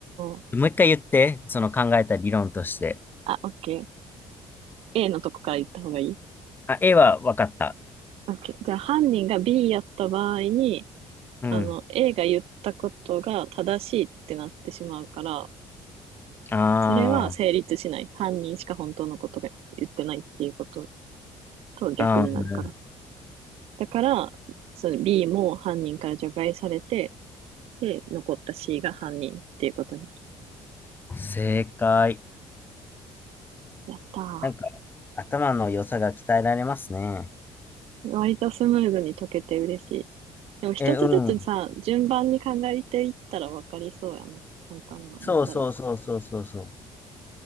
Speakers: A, on the right; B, on the left.
A: ー。
B: もう一回言って、その考えた理論として。
A: あ、OK。A のとこから言った方がいい
B: あ、A は分かった。
A: ?OK。じゃあ犯人が B やった場合に、
B: うん。
A: あの、A が言ったことが正しいってなってしまうから、
B: あー、
A: それは成立しない。犯人しか本当のことが言ってないっていうことと逆になるから。
B: あ
A: だから、その B も犯人から除外されて、で、残った C が犯人っていうことになる。
B: ー、正解。
A: やったー。
B: なんか、頭の良さが鍛えられますね。
A: 割とスムーズに解けて嬉しい。でも一つずつさ、
B: え、うん。
A: 順番に考えていったら分かりそうやな。簡単な問題は。
B: そうそうそうそうそうそう。